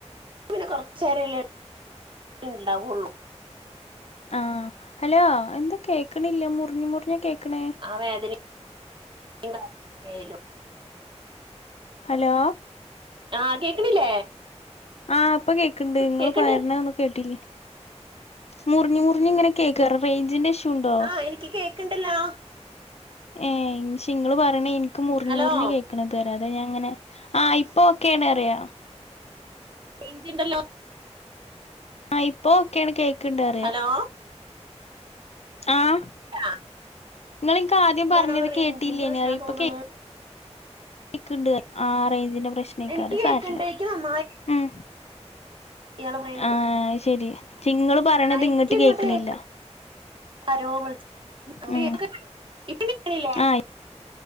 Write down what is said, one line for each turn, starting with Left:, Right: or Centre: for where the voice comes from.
Right: പിന്നെ കൊറച്ചേരല്ലേ ഇണ്ടാവൊള്ളു
Left: ആഹ് ഹലോ എന്താ കേക്കണില്ല മുറിഞ് മുറിഞ്ഞാ കേക്ക്ണെ
Right: ആ വേദന <unintelligible>
Left: ഹലോ
Right: ആഹ് കേക്ക്‌ണില്ലേ
Left: ആഹ് ഇപ്പം കേക്ക്‌ണ്ട് ഇങ്ങള്
Right: കേക്കണ്ട്
Left: പറയ്ണ ഒന്നും കേട്ടില്ലേയ് മുറിഞ് മുറിഞ് ഇങ്ങനെ കേക്കാ റേഞ്ചിന്റെ ഇഷ്യൂ ഉണ്ടോ
Right: ആഹ് എനിക്ക് കേക്ക്‌ണ്ടല്ലോ
Left: ഏഹ് ഇൻഷി ഇങ്ങള് പറയണേ എനിക്ക് മുറിഞ്ഞ്
Right: ഹലോ
Left: മുറിഞ്ഞ കേ ക്ക്‌ണെ അത ഞാൻങ്ങനെ ആഹ് ഇപ്പം ഓക്കെയാണ് അറിയ
Right: റേഞ്ച്ണ്ടല്ലോ
Left: ആഹ് ഇപ്പോ ഒക്കെയാണ് കേക്ക്‌ണ്ട് റിയാ
Right: ഹലോ
Left: ആഹ്
Right: ആ
Left: ങ്ങളിൻക്ക് ആദ്യം
Right: എന്താണാവോ
Left: പറഞ്ഞത്
Right: റേഞ്ചിന്റെ
Left: കേട്ടില്ലേനി
Right: പ്രശ്നാ
Left: അറിയ ഇപ്പൊ
Right: തോന്നണ്
Left: കേ ക്ക്‌ണ്ട് ആഹ് റേഞ്ചിന്റെ പ്രശ്നേക്കാരം
Right: എനിക്ക്
Left: അത്
Right: കേക്കണ്ട്
Left: സാരല്ല
Right: എനിക്ക് നന്നായി
Left: ഉം
Right: ഇയാള് പറയണത്
Left: ആഹ് അഹ് ശരി ഇങ്ങള് പറയണത്
Right: ആ എനിക്ക്
Left: ഇങ്ങട്ട്
Right: ഇങ്ങോട്ട്
Left: കേക്ക്‌ണില്ല
Right: കേക്ക ആരോ വിളിച്ച <unintelligible>
Left: ഉം
Right: ഇപ്പം കേക്ക്‌ണില്ലേ
Left: ആ